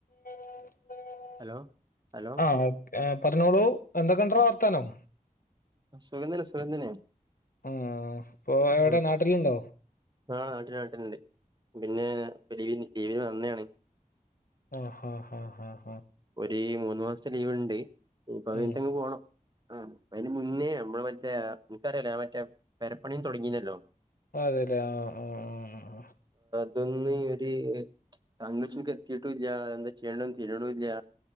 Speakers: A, on the left; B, on the right.
A: ഉ <unintelligible>
B: hello hello
A: ആഹ ഓ പറഞ്ഞോളൂ എന്തൊക്കെണ്ടോ വർത്താനം
B: സുഗധനെ സുഗന്ധനെ
A: ആഹ് ഇപ്പൊ
B: ആ
A: എവിടെ നാട്ടിലുണ്ടോ
B: ആ നാട്ടിന നാട്ടുണ്ട് പിന്നെലവി ീവ നന്നെയാണ്
A: ആഹ ഹഹ് ആഹ് ആഹ് ഹഹ
B: ഒരുഈ മൂന്ന്ു മാസത്തെ ലീവ് ഉണ്ട് ഇപ്പൊ അഴിഞ്ഞട്ടങ്
A: ഉം
B: പോകണം ആഹ് നിന്നേ നമ്മള് മറ്റേ നനക്കറിയല്ലോ ൻ മറ്റേ പരപ്പണിയും തുടങ്ങിയുന്നല്ലോ
A: അ അതെല്ലേ ആഹ് ആഹ് ആഹ് ആഹ ആഹ
B: ഇതൊന്ന ഒരു കൺക്ഷക്ക് എത്തിീട്ടുംല്ല എന്താ ചെയ്യേണ്ടെന്ന് തീരണില്ല